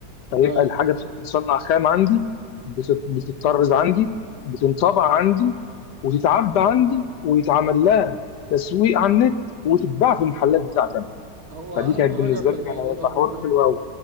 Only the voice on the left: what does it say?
فيبقى
الحاجه بتتصنع خام عندي بت- بتتطرز عندي بتنطبع عندي وتتعبى عندي ويتعمل لها تسويق على النت وتتباع في المحلات بتاعتي أنا.
فدي
كانت
بالنسبه
لي
كانت هتبقى
حوار حلو قوي